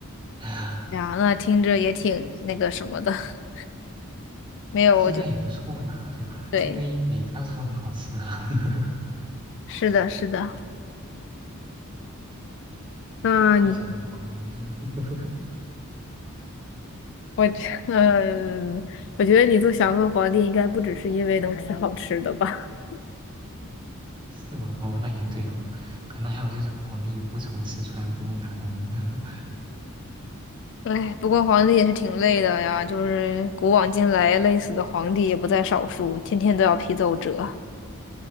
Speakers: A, on the right (about 20°); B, on the left (about 60°).
A: <laughs>
B: 哎呀，
A: <sighs>
B: 那听着也挺那个什么的。<laughs> 没有，
A: 其实那也不错啦，
B: 我就
A: 对吧？
B: 对，
A: 因为每道菜都很好吃啊。<laughs>
B: 是的，是的。那你，
A: 我也想当皇帝，<laughs>
B: 我觉，嗯，我觉得你做祥和皇帝应该不只是因为能吃好吃的吧？<laughs>
A: 是吗？哦，那也对哦。可能还有就是皇帝不愁吃穿，不用打工。<laughs>
B: 哎，不过皇帝也是挺累的呀，就是古往今来累死的皇帝也不在少数，天天都要批奏折。